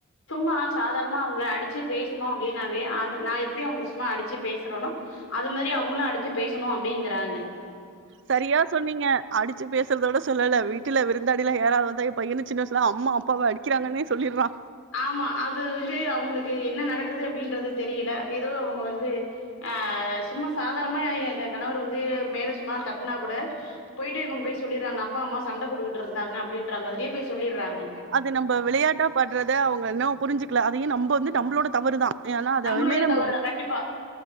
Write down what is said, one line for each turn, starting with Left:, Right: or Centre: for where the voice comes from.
Left: சும்மா சாதாரணமா அவுங்கள அடிச்சு பேசணோ அப்டின்னாவே அது நா எப்டி அவுங்க சும்மா அடிச்சு பேசுறனோ அது மாரி அவுங்களு அடிச்சி பேசணு அப்டிங்கறாங்க
Right: சரியா சொன்னீங்க அடிச்சு பேசுறத விட சொல்லல வீட்டுல விருந்தாளிலா யாரா வந்தா எம்பையன்னு சின்ன வயசுல அம்மா அப்பாவ அடிக்கிறாங்கன்னே சொல்லிறா
Left: ஆமா அது வந்து அவுங்களுக்கு என்ன நடக்குது அப்டின்றது தெரியில எதோ அவங்க வந்து அ சும்மா சாதாரணமா எ எ கணவர் வந்து மேல சும்மா தட்னா கூட போய்ட்டு இவுங் போய் சொல்லிற்றாங்க அப்பா அம்மா சண்ட போட்டுக்குட்டு இருந்தாங்க அப்டின்ற மாரியே போய் சொல்லிற்றாங்க
Right: அது நம்ப விளையாட்டா பன்றத அவுங்க இன்னும் புரிஞ்சுக்குல அதையே நம்ப வந்து நம்ப்ளோட தவறுதா ஏன்னா அதயுமே
Left: நம்ப்ளோடய
Right: நம்ம
Left: தவருதா கண்டி ப்பா